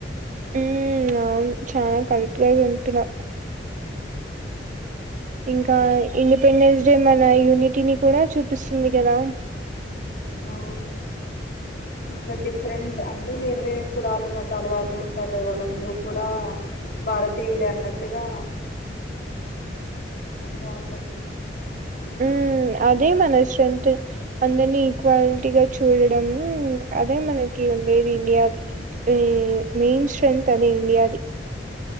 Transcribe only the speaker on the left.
మా ఇంకా డిఫరెంట్ అంటే వేర్ వేరే కులాలు మతాలు వాళ్ళు ఉంటారు కదా వాళ్ళందరూ కూడా భారతీయులే అన్నట్టుగా బాగుంటది ఊ